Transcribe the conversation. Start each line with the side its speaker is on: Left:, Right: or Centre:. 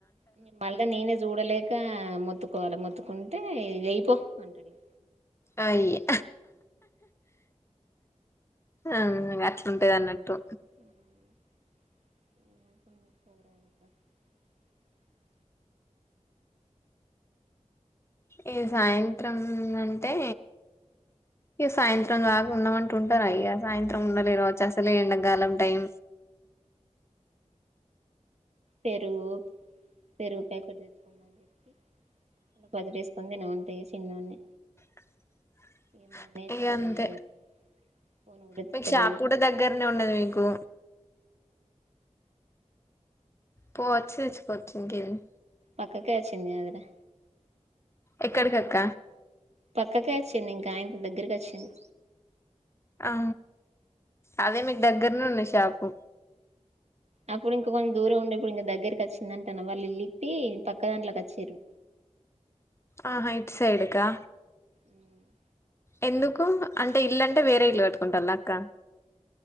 Right: ఇంగ మళ్ళా నేనే జూడలేక మొతు కోల్ల మొత్తుకుంటే ఎయ్ పో అంటాడిగ
Left: అయ్యా ఆ ఇంగ అట్లుంటది అన్నట్టు
Right: <inaudible>
Left: ఇగ సాయంత్రం అంటే ఇగ సాయంత్రం దాకా ఉన్నమంటే ఉంటారా ఇగ సాయంత్రం ఉండాలేరు వచ్చేస్తా లే ఎండాకాలం టైం
Right: పెరుగు పెరుగు ప్యాకెట్ దెచ్చుకోమని జెప్పి ఇంగ బదిరేసుకొని తినమంట ఇగ చిన్నోన్ని
Left: <inaudible>
Right: ఇగ మీ అన్నయ్య ఎట్లాగు
Left: ఇగ అంతే
Right: రాడు ఫోన్ కూడా తిత్తలేడు
Left: మీకు షాప్ కూడా దగ్గరనే ఉన్నది మీకు పోవచ్చు ఇచ్చుకోవచ్చు ఇంకేంది
Right: పక్కకే వచ్చింది కదరా
Left: ఎక్కడికక్క
Right: పక్కకే వచ్చింది ఇంకాయింత దగ్గరకి వచ్చింది
Left: ఆ అదే మీకు దగ్గరనే ఉన్నాయ్ షాపు
Right: అప్పుడు ఇంకా కొంచం దూరం ఉండే ఇప్పుడు ఇంకా దగ్గరకి వచ్చిందంటను వాళ్ళు ఇల్లులిప్పి పక్క దాంట్లోకి వచ్చిరు
Left: ఆహా ఇటు సైడ్కా
Right: ఉ <inaudible>
Left: ఎందుకు అంటే ఇల్లు అంటే వేరే ఇల్లు కట్టుకుంటాలా అక్క